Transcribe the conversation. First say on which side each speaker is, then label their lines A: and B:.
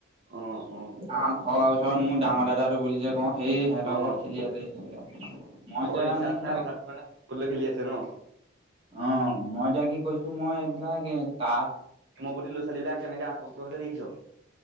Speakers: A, on the right; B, on the right.
A: অ অ
B: আমাৰ ঘৰৰ ওচৰত মোৰ ডাঙৰ দাদাটো বুলি যে কওঁ সেই সিহঁতৰ
A: অ
B: ঘৰত খেলি আছে <unintelligible>
A: অ' ৰিচাৰ্জ
B: মানে কিবা
A: নাই তথাপিও <unintelligible> লৈ খেলি আছে ন
B: অ' ম‌ই এতিয়া কি কৰিছোঁ মই এইবিলাক এ তা
A: তোমাৰ প্ৰতি ল'ৰা ছোৱালী বিলাক কেনেকে আসক্ত হৈছে দেখিছা